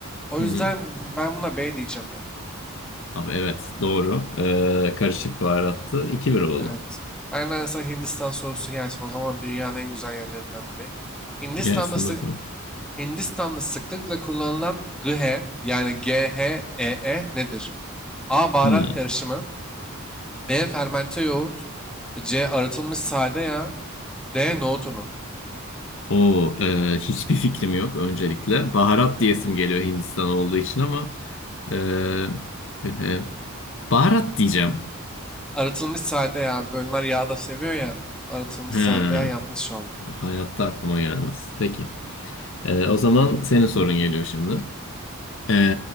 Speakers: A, in the centre; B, on the left.
A: O
B: Hı
A: yüzden
B: hı.
A: ben buna B diyeceğim ya.
B: Abi evet doğru. Ee, karışık baharattı. 2-1 oldu.
A: Evet. Aynen de sana Hindistan sorusu gelsin. O zaman dünyanın en güzel yerlerinden biri. Hindistan'da,
B: Gelsin
A: sı-
B: bakalım.
A: Hindistan'da sıklıkla kullanılan GH yani GHEE nedir? A. Baharat
B: Hmm.
A: karışımı. B. Fermente yoğurt. C. Arıtılmış sade yağ. D. Nohut unu.
B: O e, hiçbir fikrim yok öncelikle. Baharat diyesim geliyor Hindistan olduğu için ama e, e, baharat diyeceğim.
A: Arıtılmış sade yağ. Bölünler yağ da seviyor ya. Arıtılmış
B: He,
A: sade yağ yanlış oldu.
B: hayatta aklıma gelmez. Peki. E, o zaman senin sorun geliyor şimdi. E,